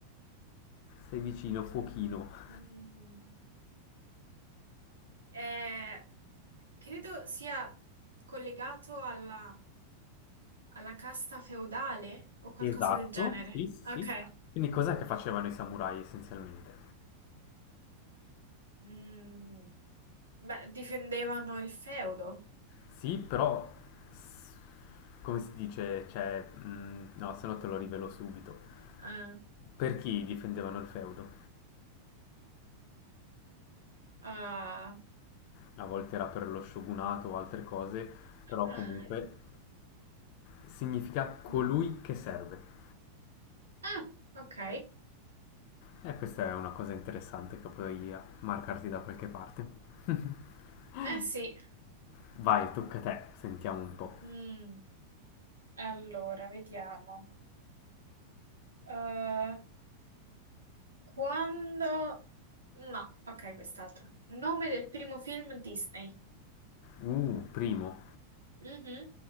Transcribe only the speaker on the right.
mm, eh, credo sia collegato alla, alla casta feudale o qualcosa
del genere.
Ok,
mm, beh, difendevano il feudo.
Ah,
ah,
Ah,
mm.
Ah, ok.
Eh sì.
Mm. Allora, vediamo. Eh, quando... No, ok, quest'altra. Nome del primo film Disney.
Mhm.